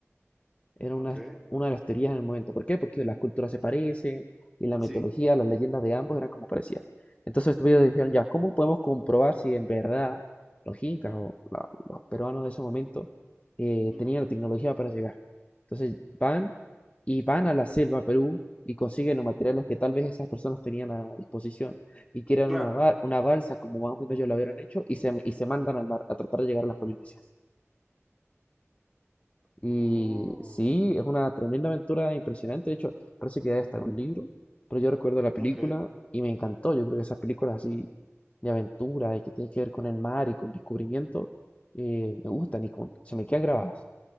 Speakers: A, on the left; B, in the centre.
A: era
B: Ok.
A: una, una de las teorías en el momento. ¿Por qué? Porque las culturas se parecen y la
B: Sí.
A: mitología, las leyendas de ambos eran como parecían. Entonces ellos dijeron, ya, ¿cómo podemos comprobar si en verdad los incas o la- los peruanos de ese momento eh,
B: ujú,
A: tenían la tecnología para llegar? Entonces van y van a la selva Perú y consiguen los materiales que tal vez esas personas tenían a disposición y crean
B: Claro.
A: una, ba- una balsa como más o menos ellos la hubieran hecho y se, y se mandan al mar a tratar de llegar a las Polinesias.
B: Oh,
A: Y sí, es una tremenda aventura impresionante. De hecho, parece que ya está en un libro, pero yo recuerdo la película
B: ok.
A: y me encantó. Yo creo que esas películas así de aventura y que tienen que ver con el mar y con descubrimiento eh, me gustan y como que se me quedan grabadas.